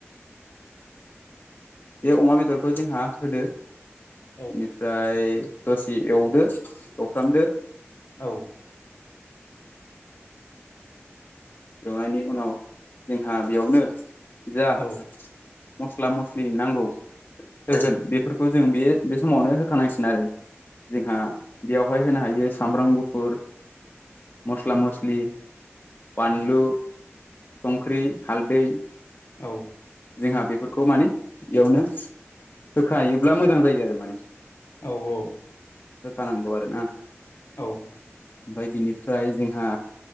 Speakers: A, on the left; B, on the left.
A: बे अमा बेदरखौ जोंहा होदो बेनिफ्राय
B: औ
A: दसे एवदो एवफ्रामदो
B: औ।
A: एवनायनि उनाव जोंहा बेयावनो जा
B: उम
A: मस्ला मस्लि नांगौ होगोन
B: औ
A: बेफोरखौ बखौ जों बे-बे समावनो होखानांसिग आरो जोंहा बेयावहाय होनो हायो सामब्राम गुफुर मस्ला मस्लि बानलु संख्रि हालदै
B: औ।
A: जोंहा बेफोरखौ माने बेयावनो होखायोब्ला मोजां जायो आरो माने।
B: औ। औ
A: होखानांगौ आरोना।
B: औ।
A: ओमफाय बिनिफ्राय जोंहा